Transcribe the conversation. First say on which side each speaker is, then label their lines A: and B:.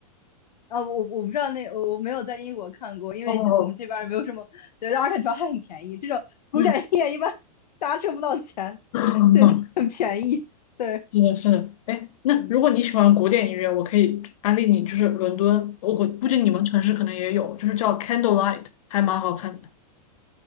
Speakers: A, on the left; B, on the left.
A: 啊，我我不知道那我我没有在英国看过，因为我们这边儿没有什么，
B: 哦，
A: 对，而且主要还很便宜，这种古典音乐一般大家挣不到钱，
B: 嗯。<laughs>
A: 对，它很便宜，对，
B: 是的，是的，哎，那如果你喜欢古典音乐，
A: 嗯
B: 我可以安利你，就是伦敦，我估估计你们城市可能也有，
A: 嗯。
B: 就是叫 Candlelight，
A: 嗯，
B: 还蛮好看的，